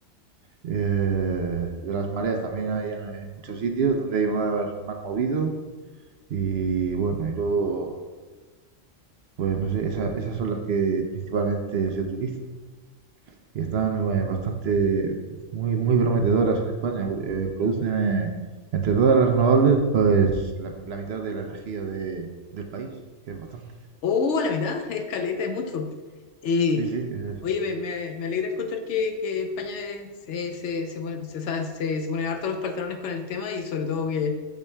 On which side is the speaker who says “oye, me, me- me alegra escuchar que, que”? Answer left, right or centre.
Left